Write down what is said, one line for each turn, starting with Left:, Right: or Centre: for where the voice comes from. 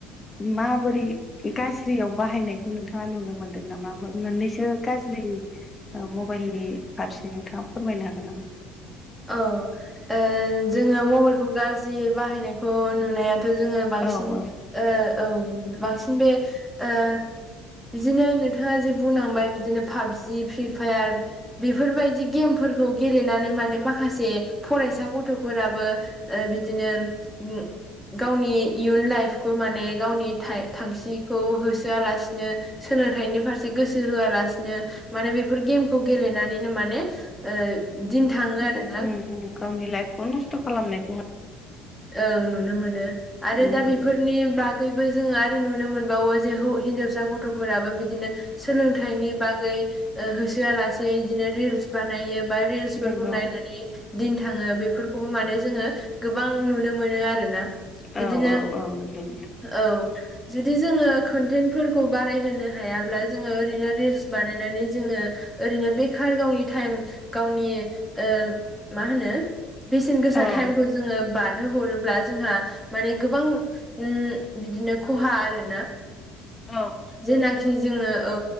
Left: माबोरै गाज्रियाव बाहायनायखौ नोंथाङा नुनो मोनदों नामा? मोननैसो गाज्रि ओ मबाइलनि फारसे नोंथाङा फोरमायनो हागोन नामा?
Centre: औ ओ जोङो मबाइलखौ गाज्रि बाहायनायखौ नुनायाथ' जोङो बांसिन
Left: औ औ
Centre: ओ औ बांसिन बे ओ बिदिनो नोंथाङा जे बुंनांबाय बिदिनो पाबजि फ्रि फायार बेफोरबायदि गेमफोरखौ गेलेनानै माने माखा से फरायसा गथ'फोराबो ओ बिदिनो उ गावनि इयुन लाइफखौ माने गावनि था-थांखिखौ होसोआलासिनो सोलोंथाइनि फारसे गोसो होआलासिनो माने बेफोर गेमखौ गेलेनानैनो माने ओ दिन थाङो आरो
Left: उ उ गावनि लाइफखौ नस्थ' खालामनायखौ
Centre: औ नुनो मोनो आरो
Left: नंगौ
Centre: दा बेफोर नि बागैबो जोङो आरो नुनो मोनबावो जे हौ हिनजावसा गथ'फोराबो बिदिनो सोलोंथाइनि बागै ओ होसोआ लासे बिदिनो रिल्स बानायो बा रिलसफोखौ
Left: नंगौ
Centre: नायनानै दिन थाङो बेफोरखौबो माने जोङो गोबां नुनो मोनो आरोना बिदिनो
Left: औ औ औ नंगौ नोंथां
Centre: औ जुदि जोङो कन्टेन्टफोरखौ बारायहोनो हायाब्ला जोङो ओरैनो रिल्स बानायनानै जोङो ओरैनो बेखार गावनि टाइम गावनि ओ मा होनो बेसेन गोसा
Left: औ
Centre: टाइमखौ जोङो बारहोहरोब्ला जोंहा माने गोबां उ बिदिनो खहा आरोना
Left: औ
Centre: जेनाखि जोङो औ